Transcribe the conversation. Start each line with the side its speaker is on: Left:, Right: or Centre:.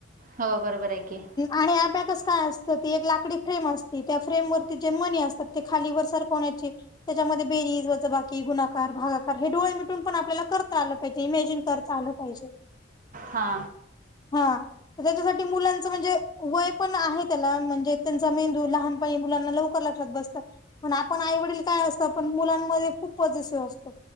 Right: हो बरोबर आहे की.
Left: आणि अबॅकस काय असतं ती एक लाकडी फ्रेम असते त्या फ्रेम वरती जे मणी असतात ते खाली वरं सरकवण्याची त्याच्यामध्ये बेरीज वज बाकी गुणाकार भागाकार हे डोळे मि टून पण आपल्याला करता आलं पाहिजे इमेजिन करता आलं पाहिजे
Right: हा
Left: हा. त्याच्यासाठी मुलांचा म्हणजे वय पण आहे त्याला म्हणजे त्यांचा मेंदू लहानपणी मुलांना लव कर लक्षात बसतं पण आपण आईवडील काय असतं पण मुलांमध्ये खूप पझेसिव्ह असतो